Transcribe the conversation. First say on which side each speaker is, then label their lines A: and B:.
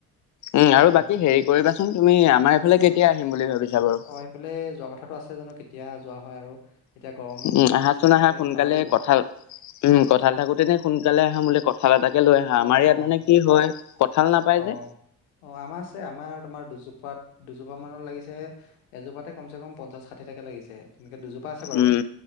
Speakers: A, on the left; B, on the left.
A: উম্ আৰু
B: আম
A: বাকী
B: থাকিবই
A: হেৰি কৰিবাচোন তুমি। আমাৰ এইফালে
B: কোৱাচোন
A: কেতিয়া আহিম বুলি ভাবিছাঁ বাৰু!
B: অ সেইফালে যোৱা কথাটো আছে, জানোঁ কেতিয়া যোৱা হয় আৰু! এতিয়া গৰম বন্ধটো
A: উম্, আহাচোন
B: পৰিছে তাকে
A: আহা সোনকালে।
B: চাব লাগিব
A: কঠাল উম্, কঠাল থাকোতেনে সোনকালে আহা। মোলে ক কঁঠাল এটাকে লৈ আহা,
B: অ
A: আমাৰ ইয়াত
B: অ
A: মানে কি হয় কঁঠাল নাপায়
B: অ
A: যে।
B: অ', আমাৰ আছে। আমাৰ তোমাৰ দুজোপাত, দুজোপা মানত লাগিছে। এজোপাতে কমচে কম পঞ্চাচ, ষাঠিটাকে লাগিছে। তেনেকে দুজোপা আছে বাৰু,
A: উম